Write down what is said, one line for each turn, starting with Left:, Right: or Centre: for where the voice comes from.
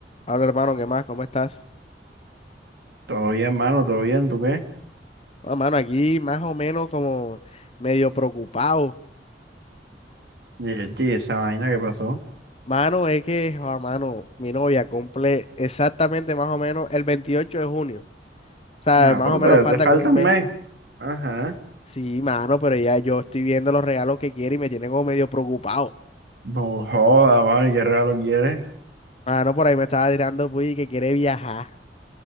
Left: Hola hermano, ¿qué más? ¿Cómo estás?
Right: Todo bien, mano, todo bien, ¿tú qué?
Left: Ah, mano, aquí más o menos como medio preocupado.
Right: Y yo, "Chi, esa vaina que pasó.
Left: Mano, es que, ah, mano, mi novia cumple exactamente más o menos el 28 de junio. O sea,
Right: Nada,
Left: más
Right: pero
Left: o menos
Right: todavía
Left: falta
Right: te falta
Left: como un
Right: un
Left: mes.
Right: mes. Ajá.
Left: Sí, mano, pero ya yo estoy viendo los regalos que quiere y me tiene como medio preocupado.
Right: No joda, mano, ¿y qué regalo quieres?
Left: Mano, por ahí me estaba tirando puy que quiere viajar.